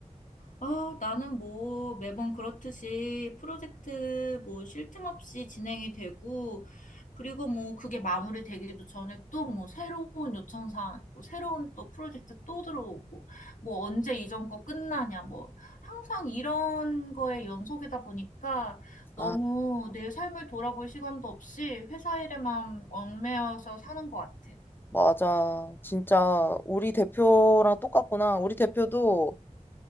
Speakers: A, on the left; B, on the left.
A: 아, 나는 뭐 매번 그렇듯이 프로젝트 뭐 쉴 틈 없이 진행이 되고, 그리고 뭐 그게 마무리되기도 전에 또 뭐 새로운 요청사항 있고, 새로운 또 프로젝트 또 들어오고, 뭐 언제 이전 거 끝나냐, 뭐 항상 이런 거에 연속이다 보니까
B: 아,
A: 너무 내 삶을 돌아볼 시간도 없이 회사 일에만 얽매여서 사는 것 같아.
B: 맞아. 진짜 우리 대표랑 똑같구나. 우리 대표도